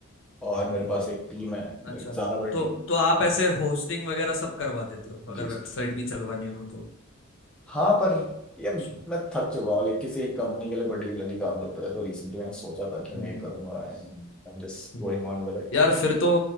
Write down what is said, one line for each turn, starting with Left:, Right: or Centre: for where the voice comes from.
Centre: और मेरे पास एक टीम है
Left: अच्छा
Centre: लाइक ज्यादा बड़ी
Left: तो
Centre: टीम नहीं
Left: तो आप ऐसे होस्टिंग वगैरह सब करवा देते हो अगर
Centre: जी
Left: वेबसाइट
Centre: सर
Left: भी चलवानी हो तो
Centre: हाँ पर यार
Left: अच्छा,
Centre: मैं थक चुका हूँ लाइक किसी एक कंपनी के लिए पर्टिकुलरली काम करता था तो रिसेंटली मैंने सोचा था कि मैं
Left: हम्म,
Centre: ये करूंगा and I am just
Left: हम्म।
Centre: going on with it
Left: यार फिर तो